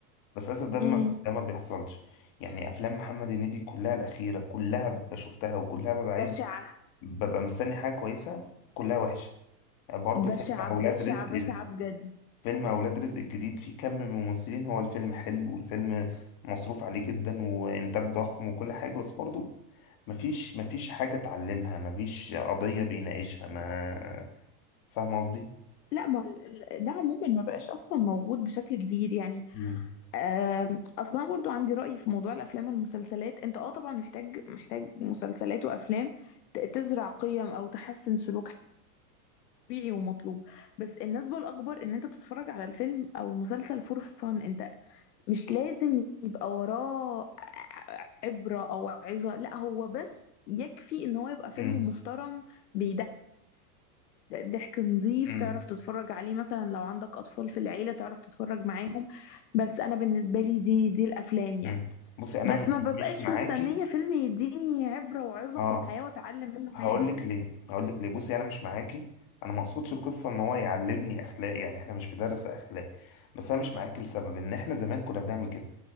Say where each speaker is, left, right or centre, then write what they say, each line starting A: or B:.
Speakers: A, on the left; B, on the left.
A: بس للاسف ده ما
B: امم
A: ده ما بيحصلش يعني افلام محمد هنيدي كلها الاخيره كلها بشوفتها وكلها ببقى عايز
B: بشعة
A: ببقى مستني حاجه كويسه كلها وحشه برضه
B: بشعة
A: فيلم
B: بشعة
A: اولاد رزق
B: بشعة بجد
A: فيلم أولاد رزق الجديد فيه كم من ممثلين هو الفيلم حلو والفيلم مصروف عليه جدا وإنتاج ضخم وكل حاجة بس برضو مفيش مفيش حاجة اتعلمها مفيش قضية بيناقشها ما فاهم قصدي؟
B: لا ما ال- ال- ده عموما ما بقاش اصلا موجود بشكل كبير يعني
A: مم.
B: آم، اصلا برضو عندي رأي في موضوع الافلام والمسلسلات انت اه طبعا محتاج محتاج مسلسلات وافلام ت- تزرع قيم او تحسن سلوك طبيعي ومطلوب بس النسبة الاكبر ان انت بتتفرج على الفيلم او المسلسل فور فان انت مش لازم يبقى وراه عبرة أو عظة لا هو بس يكفي إن هو يبقى فيلم
A: مم.
B: محترم بيضحك ضحك نظيف
A: مم.
B: تعرف تتفرج عليه مثلا لو عندك أطفال في العيلة تعرف تتفرج معاهم بس أنا بالنسبة لي دي دي الأفلام يعني
A: مم. بصي أنا
B: بس
A: م-
B: ما ببقاش
A: مش معاكي
B: مستنية فيلم يديني عبرة وعظة
A: اه
B: في الحياة وأتعلم منه
A: هقول
B: حاجة
A: لك ليه هقول لك ليه بصي أنا مش معاكي أنا ما أقصدش القصة إن هو يعلمني أخلاق يعني إحنا مش في درس أخلاق بس أنا مش معاكي لسبب إن إحنا زمان كنا بنعمل كده